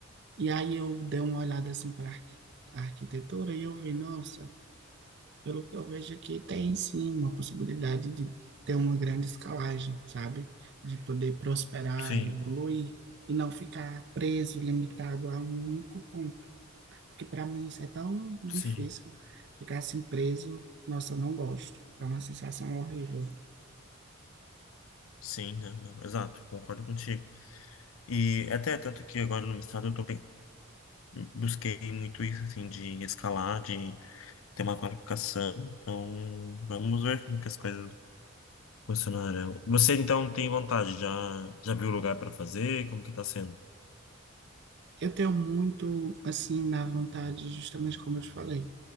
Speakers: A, on the right (about 55°); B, on the left (about 75°).
A: E aí eu dei uma olhada assim para a arquitetura e eu vi, nossa, pelo que eu vejo aqui, tem sim uma possibilidade de ter uma grande escalagem, sabe? De poder prosperar,
B: sim,
A: evoluir e não ficar preso, limitado a um único ponto. Porque para mim isso é tão difícil,
B: sim,
A: ficar assim preso, nossa, eu não gosto. É uma sensação horrível.
B: sim, não, não, exato, concordo contigo. E até tanto que agora no mestrado eu tô, bem- busquei muito isso, assim, de escalar, de ter uma qualificação. Então, vamos ver como que as coisas funcionarão. Você então tem vontade? Já, já viu o lugar para fazer? Como que tá sendo?
A: Eu tenho muito, assim, na vontade, justamente como eu te falei,